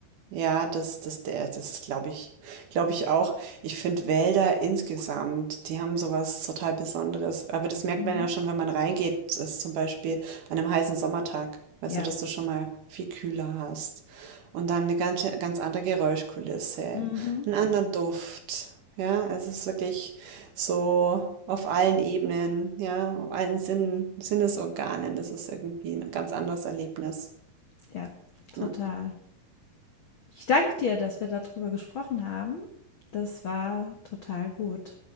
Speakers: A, on the right; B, on the left.
A: Ja, das das der das glaube ich glaube ich auch. Ich finde Wälder insgesamt, die haben sowas total Besonderes. Aber das merkt
B: Mhm.
A: man ja schon, wenn man reingeht, das ist zum Beispiel an einem heißen Sommertag, weißt
B: Ja,
A: du, dass du schon mal viel kühler hast. Und dann eine ganz, ganz andere Geräuschkulisse,
B: mhm.
A: einen anderen Duft. Ja, es ist wirklich so auf allen Ebenen, ja, auf allen Sinnen, Sinnesorganen. Das ist irgendwie ein ganz anderes Erlebnis.
B: Ja, total.
A: ne?
B: Ich danke dir, dass wir darüber gesprochen haben. Das war total gut.